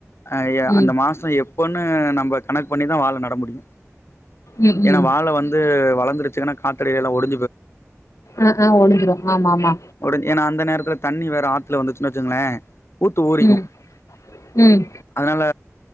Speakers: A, on the left; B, on the left.
A: ஆ
B: ம்
A: அந்த மாசொ எப்பன்னு நம்ப கணக் பண்ணி தான் வாழ நட முடியும்
B: ம்
A: ஏனா
B: ம்
A: வாழ வந்து வளர்ந்துருச்சுன்னா காத்தடி எல்லாம் ஒடு
B: ஆ ஆ ஒடிஞ்சுரு ஆமா ஆமா
A: ஒடு ஏனா அந்த நேரத்துல தண்ணி வேற ஆ த்துல வந்துச்சுன்னு வெச்சுங்களே ஊத்து ஊரிக்கு
B: ம் ம்
A: அதனால